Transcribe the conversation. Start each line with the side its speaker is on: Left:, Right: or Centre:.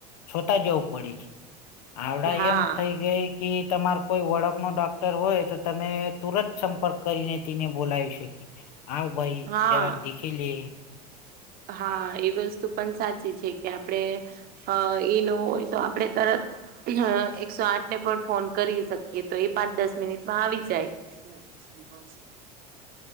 Left: જવું પડે આવડા
Right: હા
Left: એમ થઈ ગઈ-' કે તમાર કોઈ ઓળખનો ડોક્ટર હોય તો તમે તુરંત સંપર્ક કરીને તેને બોલાવી શક કે આવ ભઈ
Right: હા
Left: જરાક દેખી લે.
Right: હા એ વસ્તુ પણ સાચી છે કે આપણે અ એ ન હોય તો આપણે તરત હહ એકસો આઠને પણ ફોન કરી શકીએ તો એ પાંચ દસ મિનિટમાં આવી જાય. હમ